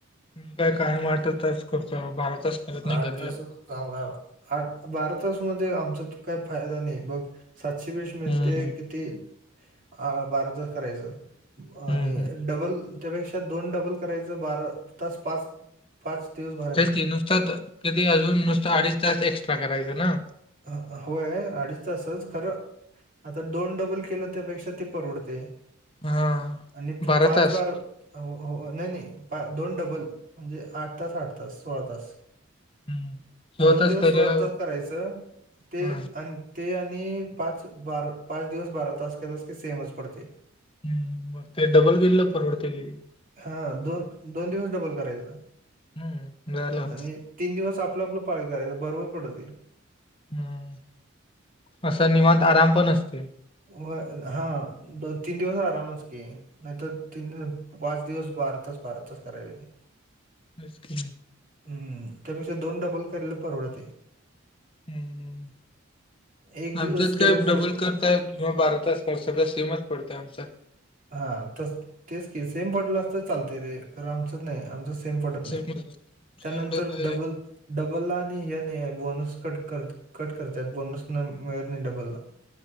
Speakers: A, on the left (about 25°); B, on the right (about 40°).
A: मी काय कायम आठच तास करतोय बाबा बारातास करत नाही
B: आठ
A: कधी
B: तास चांगला आहे बाबा आठ बारातासमध्ये आमचा तर काही फायदा नाही बघ. सातशे बीस मिळतय
A: हम्म
B: किती आ बारातास करायचं. आणि
A: हम्म.
B: डबल- त्यापेक्षा दोन डबल करायचं बारा तास पाच पाच दिवस भरायचं
A: तेच की नुसत त किती अजून नुसतं अडीच तास एक्स्ट्रा करायचं ना
B: ह हो हो अडीच तासच खरं आता दोन डबल केलं त्यापेक्षा ते परवडतय
A: हा.
B: आणि प
A: बारा
B: पाच
A: तास
B: वार हो हो नाही नाही पा दोन डबल म्हणजे आठ तास आठ तास सोळा तास
A: हम्म सोळा
B: दोन
A: तास
B: दिवस
A: केलेला
B: सोळा तास करायचं ते
A: हा
B: अन ते आणि पाच बारा पाच दिवस बारा तास केलास की सेमच पडतय
A: हम्म मग ते डबल केलेलं परवडतय की रे
B: हा दोन दोन दिवस डबल करायचं
A: हम्म झालं
B: आणि तीन दिवस आपलं आपलं पाळी करायचं बरोबर पडत ते
A: हम्म असा निवांत आराम पण असतोय
B: व हा दोन तीन दिवस आरामच की नाहीतर तीन पाच दिवस बारातास बारातास कराय पाहिजे
A: बेस कि मग
B: हम त्यापेक्षा दोन डबल केलेलं परवडतय
A: हम्
B: एक दिवस
A: आमच्यात काय डबल
B: कर
A: करतायत किंवा बारातास काय सगळं सेमच पडतंय आमच्यात
B: हा तस तेच की सेम पडलं असत असलं चालतय रे खरं आमच्यात नाही आमच्यात सेम पडत
A: सेमच
B: नाही
A: असतं आमचं
B: त्यानंतर
A: एवढं काय
B: डबल डबलला आणि हे नाहीये बोनस कट करत्यात कट करत्यात बोनस नाही मिळत नाही डबल ला